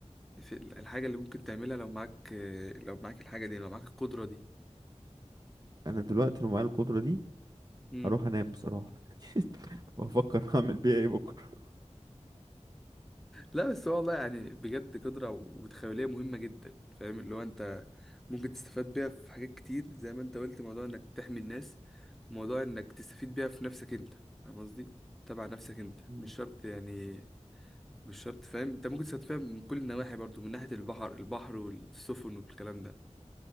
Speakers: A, in the centre; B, on the right.
A: في الحاجة اللي ممكن تعملها لو معاك آه، لو معاك الحاجة دي لو معاك القدرة دي
B: انا دلوقتي لو معايا القدرة دي
A: مم.
B: هروح انام بصراحة <laughs> وافكر هعمل بيها ايه بكرة
A: لا بس هو والله يعني بجد قدرة وتخيلية مهمة جدا فاهم اللي هو انت ممكن تستفاد بيها في حاجات كتير زي ما انت قلت موضوع انك تحمي الناس وموضوع انك تستفيد بيها في نفسك انت فاهم قصدي تبع نفسك انت
B: مم.
A: مش شرط يعني مش شرط فاهم انت ممكن تستفاد بيها من كل النواحي برضو من ناحية البحر البحر والسفن والكلام ده